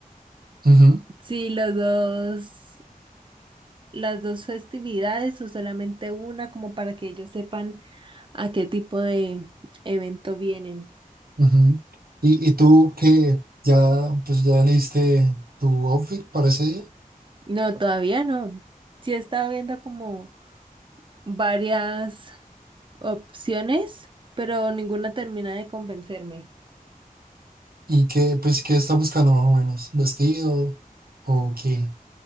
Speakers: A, on the right (about 85°); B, on the right (about 35°).
A: ujú,
B: Sí, los dos. las dos festividades o solamente una, como para que ellos sepan a qué tipo de evento vienen.
A: ujú. ¿Y, y tú qué ya, pues ya leíste tu outfit para ese día?
B: No, todavía no. Sí he estado viendo como varias opciones, pero ninguna termina de convencerme.
A: ¿Y qué, pues, qué está buscando más o menos? ¿Vestido o qué?